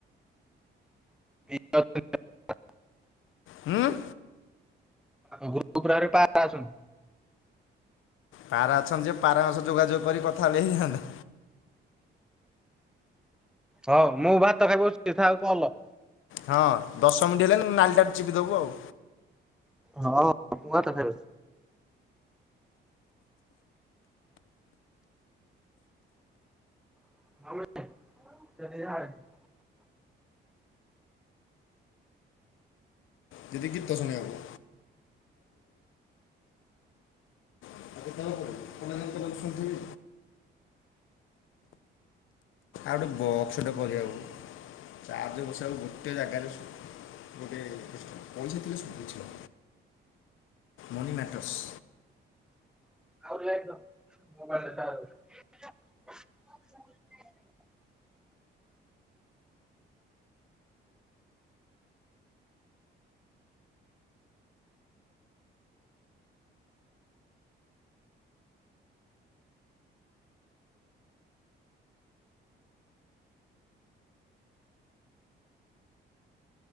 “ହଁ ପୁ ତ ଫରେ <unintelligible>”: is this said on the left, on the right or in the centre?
Centre